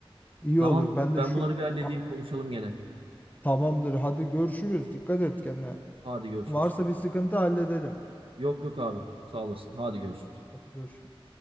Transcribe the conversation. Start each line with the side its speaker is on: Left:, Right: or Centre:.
Left: İyi
Right: Tamam
Left: olur. Ben de
Right: ben
Left: şu
Right: bunları bir halledeyim
Left: A-
Right: konuşalım gene.
Left: tamamdır. Hadi görüşürüz.
Right: Tamam.
Left: Dikkat et kendine.
Right: Hadi görüşürüz.
Left: Varsa bir sıkıntı halledelim.
Right: Yok yok abi sağ olasın. Hadi görüşürüz.
Left: Hadi görüşürüz.